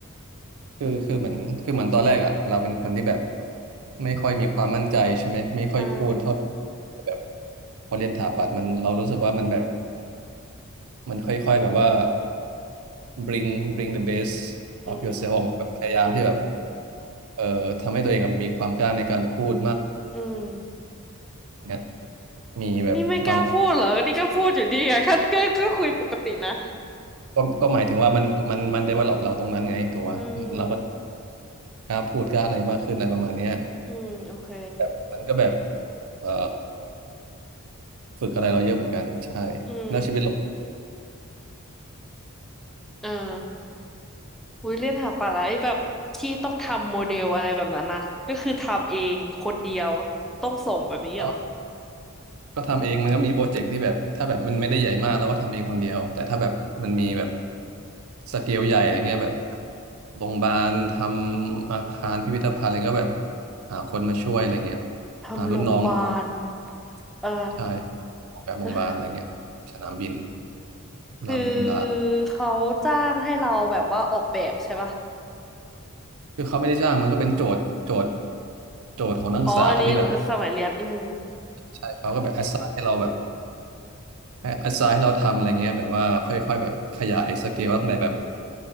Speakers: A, on the right (about 70°); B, in the centre.
A: คือคือเหมือนคือเหมือนตอนแรกอ่ะเราเป็นคนที่แบบไม่ค่อยมีความมั่นใจใช่ไหมไม่ค่อยพูดเท่า
B: อ่า
A: แบบพอเรียนสถาปัตย์มันเรารู้สึกว่ามันแบบมันค่อยๆแบบว่า bring bring the best
B: อืม
A: of yourself ออกมาแบบพยายามที่แบบ
B: อืม
A: เอ่อทำให้ตัวเองแบบมีความกล้าในการพูด
B: อืม
A: เงี้ยมีแบบความ
B: นี่ไม่กล้าพูดเหรอนี่ก็พูดอยู่ดีอะ <laughs> คัดก็ก็คุยปกตินะ
A: ก็ก็หมายถึงว่ามันมันมัน develop เราตรงนั้นไงถูกปะเราก็
B: อืม
A: กล้าพูดกล้าอะไรมากขึ้นอะไรประมาณเนี้ย
B: อืมโอเค
A: แบบมันก็แบบเอ่อฝึกอะไรเราเยอะเหมือนกันใช่
B: อืม
A: แล้วชีวิตเรา
B: เอออุ้ยเรียนหาปลาไอแบบที่ต้องทำโมเดลอะไรแบบนั้นนะก็คือทำเองคนเดียวต้องส่งแบบนี้เหรอ
A: ก็ก็ทำเองมันก็มีโปรเจกต์ที่แบบถ้าแบบมันไม่ได้ใหญ่มากเราก็ทำเองคนเดียวแต่ถ้าแบบมันมีแบบสเกลใหญ่อะไรเงี้ยแบบโรงพยาบาลทำอาคารพิพิธภัณฑ์อะไรก็แบบหาคนมาช่วยอะไรเงี้ย
B: ทำโรงพยาบาล
A: หารุ่นน้อง
B: เออ
A: ใช่ออกแบบโรงพยาบาลอะไรเงี้ยสนามบิน
B: <sighs>
A: บลาบลาบลา
B: คือเขาจ้างให้เราแบบว่าออกแบบใช่ปะ
A: คือเขาไม่ได้จ้างมันก็เป็นโจทย์โจทย์โจทย์ของนักศึกษาที่แบบ
B: อ๋ออันนี้สมัยเรียนอืม
A: ใช่เขาก็แบบแอสไซน์ให้เราแบบ ให้อาสาให้เราทำอะไรเงี้ยแบบว่าค่อยๆแบบขยายสเกลว่าตั้งแต่แบบ
B: อืม